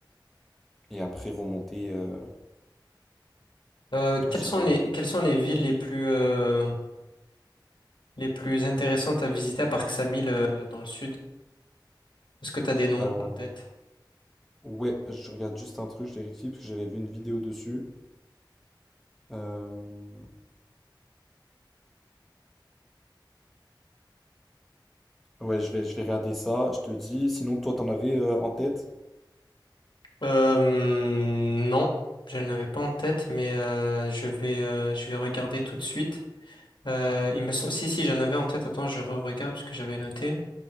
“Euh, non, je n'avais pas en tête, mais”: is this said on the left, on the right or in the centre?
Left